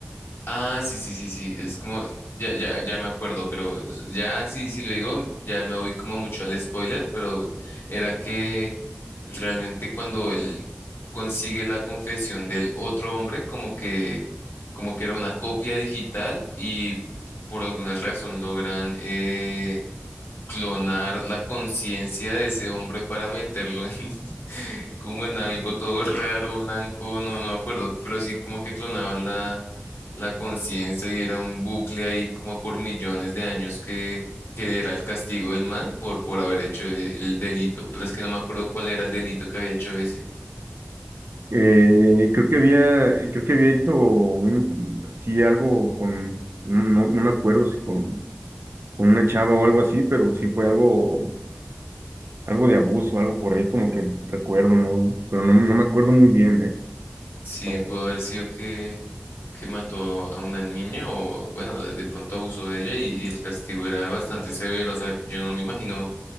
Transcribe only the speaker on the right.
Eh, creo que había, creo que había hecho un, sí, algo con, no, no, no me acuerdo si con, con una chava o algo así, pero sí fue algo, algo de abuso, algo por ahí como que recuerdo, ¿no? Pero no, no me acuerdo muy bien, ¿eh?
Pero,